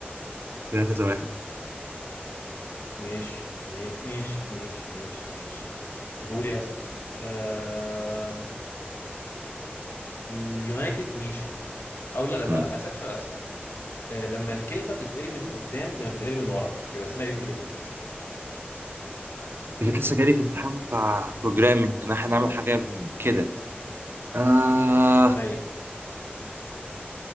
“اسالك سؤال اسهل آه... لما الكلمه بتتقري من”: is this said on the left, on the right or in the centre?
Left